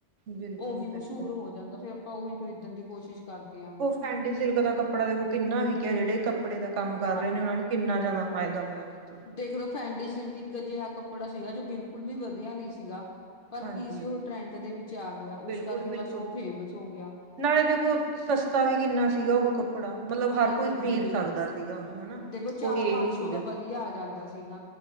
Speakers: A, on the right; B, on the left.
A: ਬਿਲਕੁਲ
B: ਉਹੀ
A: ਬਿਲਕੁਲ
B: ਮਸ਼ਹੂਰ ਹੋ ਜਾਂਦਾ ਫੇਰ ਆਪਾਂ ਉਹੀ ਖਰੀਦਣ ਦੀ ਕੋਸ਼ਿਸ਼ ਕਰਦੇ ਆ
A: ਪੈਂਡੀ ਸਿਲਕ ਦਾ ਕੱਪੜਾ ਦੇਖੋ ਕਿੰਨਾ ਵੀਕਿਆ ਜਿਹੜੇ ਕਪ ਕੱਪੜੇ ਦਾ ਕੰਮ ਕਰ
B: ਹਾਂ
A: ਰਹੇ ਨੇ ਉਹਨਾਂ ਨੂੰ ਕਿੰਨਾ ਜ਼ਿਆਦਾ ਫਾਇਦਾ ਹੋਇਆ ਉਸ 'ਚ'
B: ਦੇਖ ਲੋ ਫੈਂਡੀ ਸਿਲਕ ਇੱਕ ਅਜਿਹਾ ਕੱਪੜਾ ਸੀਗਾ ਜੋ ਬਿਲਕੁਲ ਵੀ ਵਧੀਆ ਨਹੀਂ ਸੀਗਾ ਪਰ
A: ਹਾਂਜੀ
B: ਕੀ ਸੀ ਉਹ ਟਰੈਂਡ ਦੇ ਵਿੱਚ ਵਿੱਚ ਆ ਗਿਆ। ਉਸ
A: ਬਿਲਕੁਲ
B: ਕਰਕੇ
A: ਬਿਲਕੁਲ
B: ਬੱਸ ਉਹ ਫੇਮਸ ਹੋ ਹੋ ਗਿਆ।
A: ਨਾਲੇ ਦੇਖੋ, ਸਸਤਾ ਵੀ ਕਿੰਨਾ ਸੀਗਾ ਉਹ ਕੱਪੜਾ, ਮਤਲਬ ਹਰ
B: ਹਾਂਜੀ-ਹਾਂਜੀ
A: ਕੋਈ ਖ਼ਰੀਦ ਸਕਦਾ। ਸੀਗਾ ਉਹਨੂੰ ਹਨਾ,
B: ਦੇਖੋ ਚਾਰ
A: ਕੋਈ ਇਹ
B: ਪੰਜ
A: ਨੀ ਸੀਗਾ
B: ਸੌ ਦਾ ਵਧੀਆ ਆ ਜਾਂਦਾ ਸੀਗਾ।